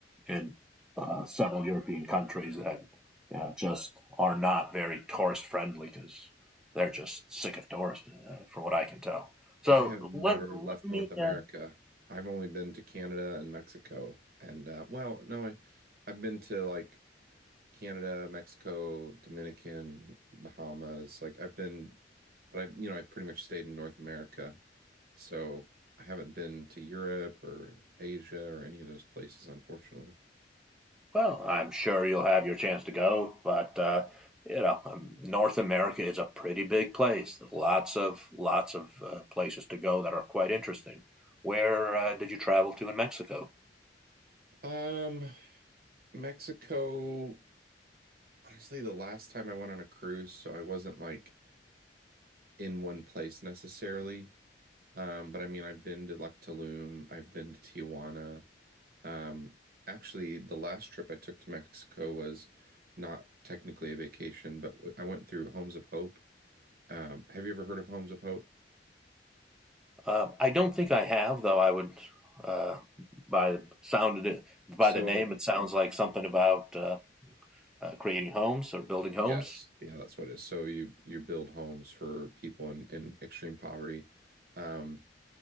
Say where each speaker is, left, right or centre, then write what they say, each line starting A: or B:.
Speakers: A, in the centre; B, on the right.
A: in uh, several European countries that you know just are not very tourist friendly because they're just sick of tourists, uh, from what I can tell. So
B: I have never
A: let let
B: left
A: me.
B: North America.
A: Uh,
B: I've only been to Canada and Mexico. And uh, well, no, I, I've been to like Canada, Mexico, Dominican, Bahamas. Like I've been, but I've, you know, I've pretty much stayed in North America. So I haven't been to Europe or Asia or any of those places, unfortunately.
A: well, I'm sure you'll have your chance to go, but uh, you know, um, North America is a pretty big place. There's lots of lots of uh, places to go that are quite interesting. Where uh, did you travel to in Mexico?
B: Um, Mexico, honestly, the last time I went on a cruise, so I wasn't like in one place necessarily. Um, but I mean, I've been to like Tulum, I've been to Tijuana. Um, actually, the last trip I took to Mexico was not technically a vacation, but w- I went through Homes of Hope. Um, have you ever heard of Homes of Hope?
A: Uh, I don't think I have, though. I would uh, by sounded it by
B: So,
A: the name, it sounds like something about uh, uh, creating homes or building homes.
B: yes, yeah, that's what it is. So you you build homes for people in in extreme poverty. Um,